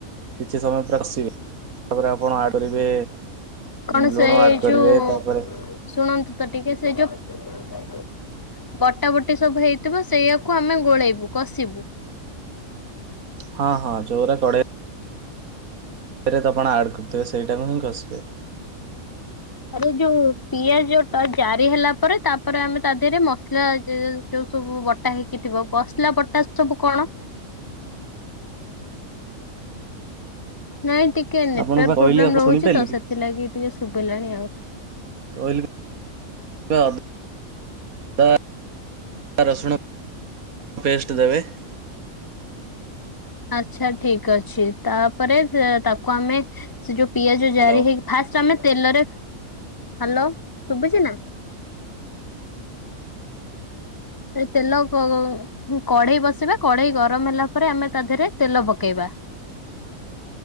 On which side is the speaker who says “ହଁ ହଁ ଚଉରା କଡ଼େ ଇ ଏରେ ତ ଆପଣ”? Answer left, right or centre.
Right